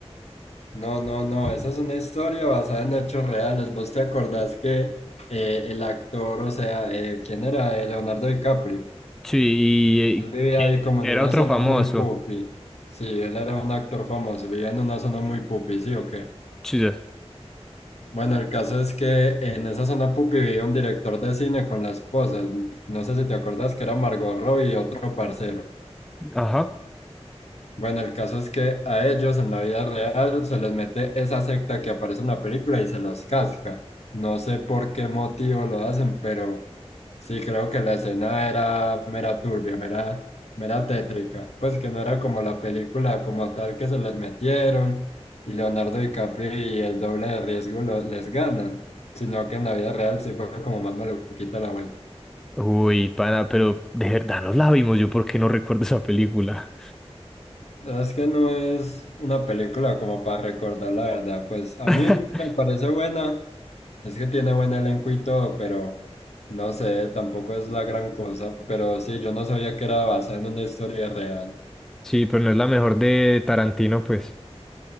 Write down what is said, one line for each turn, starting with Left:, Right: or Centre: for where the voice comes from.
Left: No, no, no. Esa es una historia basada en hechos reales. ¿Vos te acordás que eh, el actor, o sea, eh, ¿quién era? Eh, Leonardo DiCaprio.
Centre: Sí, y, eh,
Left: Él vivía
Centre: que
Left: ahí como
Centre: era
Left: en una
Centre: otro
Left: zona
Centre: famoso.
Left: muy pupi. Sí, él era un actor famoso. Vivía en una zona muy pupi, ¿sí o qué?
Centre: Sí, ya.
Left: Bueno, el caso es que en esa zona pupi vivía un director de cine con la esposa. No sé si te acuerdas que era Margot Robbie y otro parcero.
Centre: ajá.
Left: Bueno, el caso es que a ellos en la vida real se les mete esa secta que aparece en la película y se los casca. No sé por qué motivo lo hacen, pero sí creo que la escena era mera turbia, mera, mera tétrica. Pues que no era como la película como tal que se les metieron y Leonardo DiCaprio y el doble de riesgo lo- les ganan, sino que en la vida real sí fue como más maluquita la vuelta.
Centre: Uy, pana, pero de verdad nos la vimos, yo porque no recuerdo esa película.
Left: La verdad Es que no es una película como para recordar, la verdad. Pues a
Centre: <laughs>
Left: mí me parece buena, es que tiene buen elenco y todo, pero no sé, tampoco es la gran cosa. Pero sí, yo no sabía que era basada en una historia real.
Centre: Sí, pero no es la mejor de Tarantino, pues.